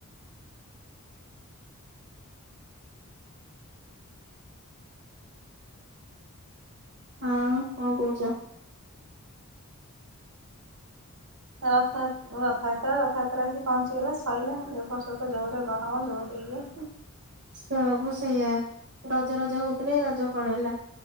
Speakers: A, on the right (about 50°); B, on the right (about 75°).
A: ଆଉ କଣ କହୁଛ
B: ରଥ ରଥଯାତ୍ରା ରଥଯାତ୍ରା ଆସିକି ପହଞ୍ଚିଗଲା ସୋଇଲା ଏବ ବର୍ଷ ତ ଯୋରେ ଗରମ ଯୋର। ସେଇଆ
A: ସବୁ ସେଇଆ ରଜ ରଜ ହଉଥିଲେ ରଜ ପଳେଇଲା